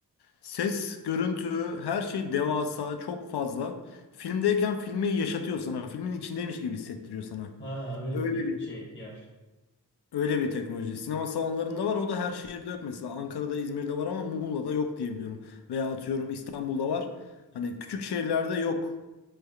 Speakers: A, on the left; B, on the left.
A: ses, görüntü, her şey devasa, çok fazla. Filmdeyken filmi yaşatıyor sana. Filmin içindeymiş gibi hissettiriyor sana.
B: Ha öyle
A: Öyle
B: bir film
A: bir
B: şey yer.
A: öyle bir teknoloji. Sinema salonlarında var. O da her şehirde yok mesela. Ankara'da, İzmir'de var ama Muğla'da yok diye biliyorum. Veya atıyorum İstanbul'da var. Hani küçük şehirlerde yok.